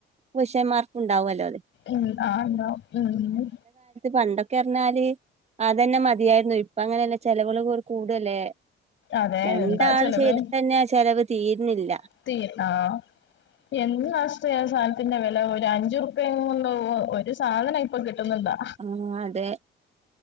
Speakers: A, on the right (about 35°); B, on the left (about 70°).
A: പുരുഷൻമാർക്ക് ഉണ്ടാവുല്ലോ അത്.
B: ഉം ആണോ. മ് മ്
A: പണ്ടൊക്കെറഞ്ഞാല് അതന്നെ മതിയായിരുന്നു. ഇപ്പ അങ്ങനെയല്ല ചിലവള് പോ കൂടുല്ലേ.
B: അതെ
A: രണ്ടാള്
B: എന്താ ചെലവ്
A: ചെയ്തിട്ടെന്നെ ചിലവ് തീര്ണില്ല.
B: <unintelligible> എന്താഷ്ട സാധനത്തിന്റെ വില ഒരു അഞ്ചു റുപ്പയും കൊണ്ട് ഒരു സാധനം ഇപ്പൊ കിട്ടുന്നുണ്ടാ.
A: ആ അതെ